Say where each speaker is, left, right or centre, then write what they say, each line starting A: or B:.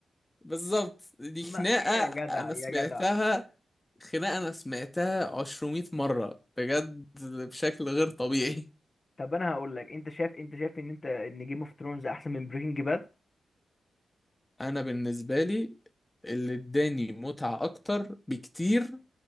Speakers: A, on the left; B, on the left.
A: بالظبط دي
B: ما
A: خناقة
B: ايه يا جدع
A: أنا
B: يا
A: سمعتها
B: جدع
A: خناقة أنا سمعتها عشرمية مرة بجد بشكل غير طبيعي
B: طب انا هقول لك انت شايف انت شايف ان انت ان جيم اوف ثرونز احسن من بريكنج باد
A: أنا بالنسبة لي اللي اداني متعة أكتر بكتير